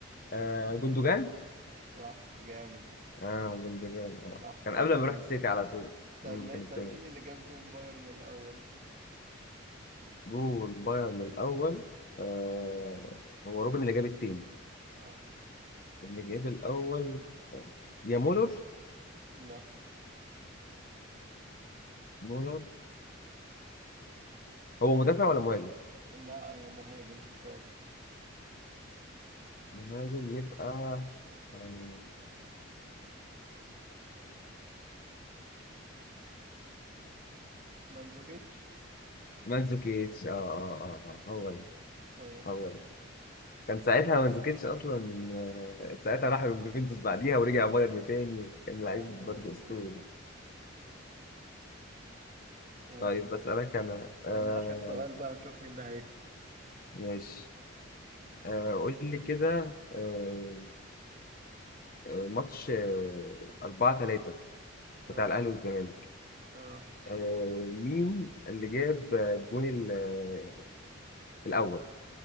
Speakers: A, on the left; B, on the right.
A: آه جندوجان
B: صح جامد
A: اه جندوجان اه
B: صح
A: كان
B: كانت
A: قبل ما
B: بنالتي
A: يروح السيتي على طول
B: طب
A: مم،
B: ما...
A: كان التاني
B: طب مين اللي جاب جون بايرن الأول
A: جول بايرن الاول آه هو روبن اللي جاب التاني
B: صح
A: اللي جاب الاول آه. يا مولر
B: لا
A: مولر هو مدافع ولا مهاجم؟
B: لا يا مهاجم سترايكر
A: مهاجم يبقى آه،
B: مانزوكيتش
A: مانزوكيتش اه اه اه آه، هو ده
B: ماشي
A: هو ده كان ساعتها مانزوكيتش اصلا آه، ساعتها راح اليوفنتوس بعديها ورجع بايرن تاني كان لعيب
B: ايوه
A: برضه
B: مظبوط
A: اسطوري
B: صح ماشي
A: طيب بسألك انا
B: يلا
A: آه
B: آخر سؤال بقى نشوف مين اللي هيكسب
A: ماشي آه قول لي كده آه آه، ماتش آه 4 3
B: اه
A: بتاع الاهلي والزمالك
B: اه
A: آه مين اللي جاب آه، الجون ال- آه، الاول